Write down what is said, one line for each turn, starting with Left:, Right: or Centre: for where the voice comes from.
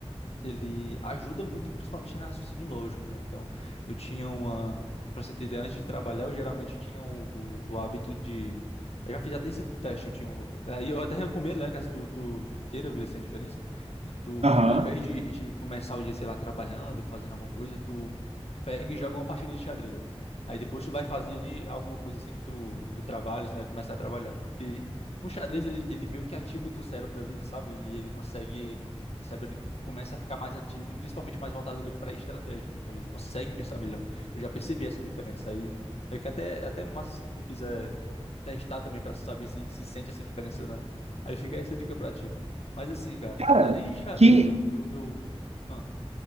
Left: ele ajuda muito, principalmente em raciocínio lógico, né? Então, eu tinha uma. para você ter ideia, antes de trabalhar, eu geralmente tinha o, o, o hábito de. Eu já fiz até esse teste, eu tinha. um- Aí eu até recomendo, né, caso tu, tu, tu queira ver essa diferença. E tu,
Right: Aham.
Left: ao invés de, de começar o dia, sei lá, trabalhando, fazendo alguma coisa, tu pega e joga uma partida de xadrez, velho. Aí depois tu vai fazer alguma coisa assim que tu, do trabalho, tu vai começar a trabalhar, porque o xadrez ele, ele meio que ativa o teu cérebro ali, sabe? E ele consegue, o cérebro ele começa a ficar mais ativo e principalmente mais voltado ali para estratégia, né? Então ele consegue pensar melhor. Eu já percebi essa diferença aí. É que até até massa assim, se tu quiser testar também para saber se se sente essa diferença ou não. Aí fica essa dica para ti. Mas assim, cara,
Right: Cara,
Left: além de xadrez,
Right: que
Left: eu eu, eu... Ah,